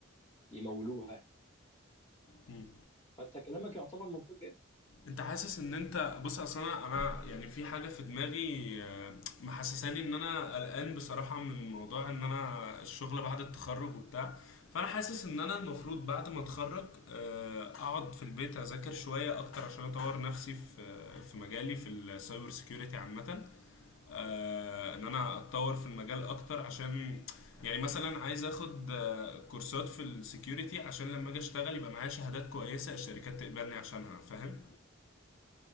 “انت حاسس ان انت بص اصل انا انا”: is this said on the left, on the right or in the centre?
Left